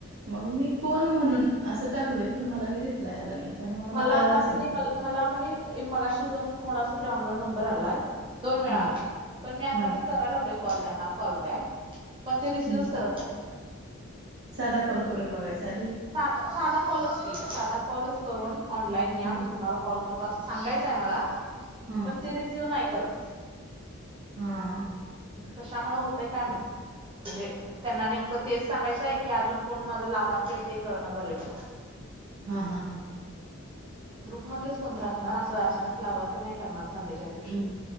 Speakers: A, on the right; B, on the right.
A: मग मी कोण म्हणून अस टाकलोय पण मला नाही रिप्लाय रीप्लाय आला नाही. त्यामुळे
B: मला
A: कळालंच
B: आता कने
A: नाही कोण
B: मला कने मगाशी दोन कोणाच तरी आनोन नंबर आलाय दोन वेळा
A: हा
B: आला पण मी आता
A: हा
B: ते करायला लागलोय कॉल त्यांना कॉलबॅक पण ते रिसीव्हच
A: हम्म
B: करत नाही आहेत.
A: साधा कॉल करून बघायचा आधी.
B: साधा साधा कॉलच की साधा कॉलच करून ऑनलाईन या
A: हम्म
B: मी तुम्हाला कॉल कर अस सांगायचं आहे मला
A: हा
B: पण ती रिसीव नाही करत.
A: हा.
B: कशामुळे होतय काय माहित. म्हणजे त्यांना नेमकं तेच सांगायचं आहे की अजून कोण माझं लाभार्थी आहे ते कळणं झालंय मला.
A: हा हा हा.
B: ग्रुप मधलेच कोणत असणार असं अचानक लाभार्थी नाही करणार संडेच्या दिवशी.
A: हम्म